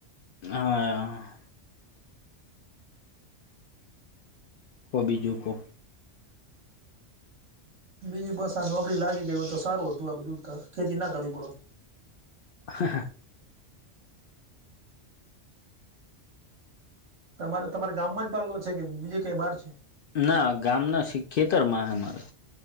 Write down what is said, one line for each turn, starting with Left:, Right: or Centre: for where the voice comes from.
Left: હા. કો બીજુ કો.
Right: બીજું બસ આ નોકરી લાગી ગય હોય તો, સારું હતું આ બધું ખેતી ના કરવી પડત.
Left: હા હા <unintelligible>
Right: તમારે તમારા ગામમાં જ પાલર છે, કે બીજે કઈ બહાર છે?
Left: ના ગામ ના છે, ખેતર માં હે મારે.